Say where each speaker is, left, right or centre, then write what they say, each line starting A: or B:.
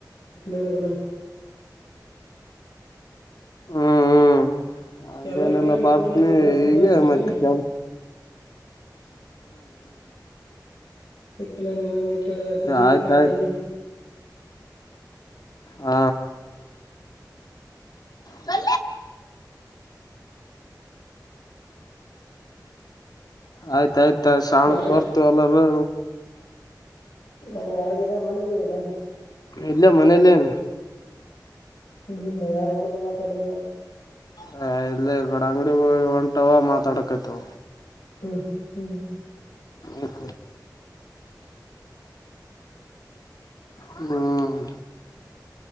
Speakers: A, on the left; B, on the left.
A: ನನಣ
B: ಹ್ಮ್ ಹ್ಮ್ ಹಂಗೇನೆಲ್ಲ
A: ಎಲ್ಲರಿಗ ಹೇಳಿ
B: ಬಾರ್ತ್ನಿ
A: ಫೋನ್ ಹಚ್ಚಿ ದೋಸ್ತ್
B: ಈಗೆ
A: ದೋಸ್ತ್ರಿಗೆ
B: ಮತ್ತ ಕೆ
A: ಅಲ್ಲ ನೀನೊಂದ ಇಟ್ಟದಯ್ತ ಈಗ
B: ಆಯ್ತಾಯ್ತು
A: ಖಾಲಿ
B: ಹ ಬೆ ಆಯ್ತಾಯಯ್ತ ಶಾವಣಕ್
A: ಇಲ್ಲಿ ಹೊರಗ
B: ಬರ್ತು ಎಲ್ಲರೂ
A: ಅಲ್ಲಿ ಹೊರಗಿದೆ ಮನೆಗಿದೆ ಬಂದು
B: ಇಲ್ಲ ಮನೇಲ್ಲೇ ನು
A: ಹ್ಮ್ ಡುರ ಮಾತಾಡತಂಗ
B: ಹ ಇಲ್ಲ ಕಡ ಅಂಗಡಿ ಒಂಟಾವ ಮಾತಾಡಕತ
A: ಹ್ಮ್ ಹ್ಮ್
B: ಇಕ ಹ್ಮ್